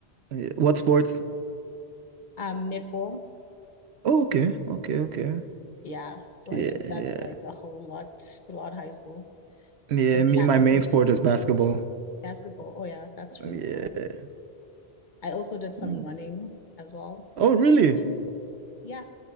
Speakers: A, on the right; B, on the left.
A: Yeah. What sports?
B: Um, netball,
A: Oh, okay, okay, okay.
B: yeah. So
A: Yeah,
B: I did
A: yeah,
B: that like a whole lot throughout high school.
A: yeah.
B: And
A: Me,
B: then
A: my
B: I also
A: main
B: did
A: sport is basketball.
B: basketball. Oh yeah, that's
A: Yeah.
B: really cool. I also did some
A: Mm.
B: running as well,
A: Oh,
B: long
A: really?
B: distance. Yeah.